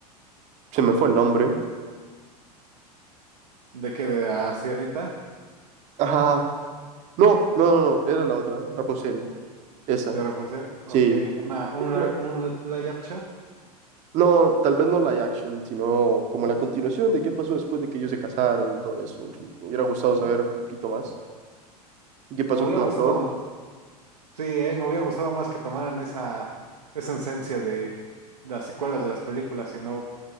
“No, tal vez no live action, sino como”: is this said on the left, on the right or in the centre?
Right